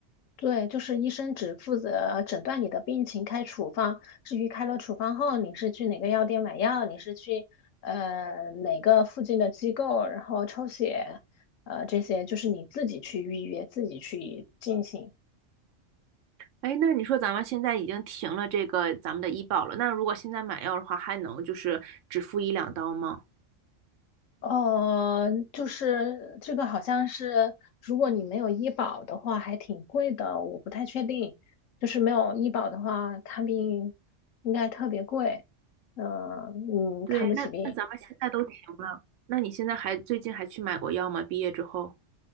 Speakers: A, on the left; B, on the right.
A: 对，就是医生只负责诊断你的病情，开处方。至于开了处方后，你是去哪个药店买药，你是去呃哪个附近的机构，然后抽血，呃，这些就是你自己去预约，自己去进行。
B: 哎，那你说咱们现在已经停了这个咱们的医保了，那如果现在买药的话，还能就是只付一两刀吗？
A: 呃，就是这个好像是，如果你没有医保的话，还挺贵的，我不太确定。就是没有医保的话，看病应该特别贵，嗯、嗯，
B: 对，
A: 看不起病。
B: 那那咱们现在都停了，那你现在还最近还去买过药吗？毕业之后？